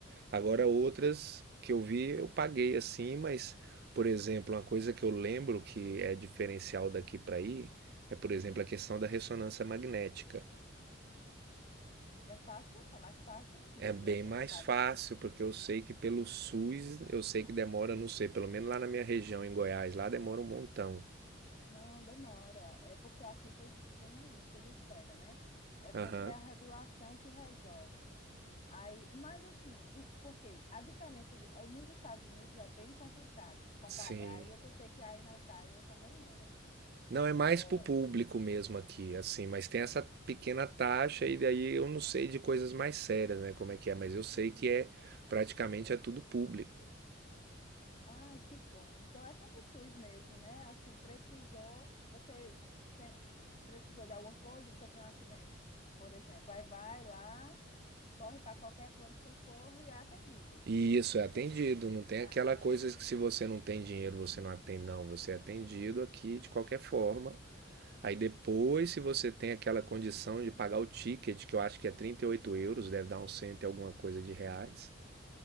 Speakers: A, on the right; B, on the left.
A: Agora, outras que eu vi, eu paguei assim, mas, por exemplo, uma coisa que eu lembro que é diferencial daqui para aí é, por exemplo, a questão da ressonância magnética.
B: É fácil? É mais fácil de,
A: É bem
B: assim,
A: mais
B: de fazer?
A: fácil, porque eu sei que pelo SUS, eu sei que demora, não sei, pelo menos lá na minha região, em Goiás, lá demora um montão.
B: Não, demora. É porque aqui tem, tem uma lista de espera, né? É sempre
A: Aham,
B: a regulação que resolve. Aí, mas assim, e- porque a diferença do- ah, nos Estados Unidos é bem complicado. Compa-
A: sim.
B: Aí eu pensei que aí na Itália também era.
A: Não, é mais
B: É,
A: pro público mesmo aqui, assim, mas tem essa pequena taxa e daí eu não sei de coisas mais sérias, né, como é que é, mas eu sei que é praticamente é tudo público.
B: ai, que bom. Então é como o SUS mesmo, né? Assim, precisou, você tem- precisou de alguma coisa, sofreu um acidente, por exemplo. Aí vai lá, corre para qualquer pronto-socorro e é atendido.
A: E isso é atendido,
B: Sempre-
A: não tem
B: Ah,
A: aquela coisa que se você não tem dinheiro, você não atende, não, você é atendido aqui de qualquer forma. Aí depois, se você tem aquela condição de pagar o ticket, que eu acho que é 38 euros, deve dar um cento e alguma coisa de reais,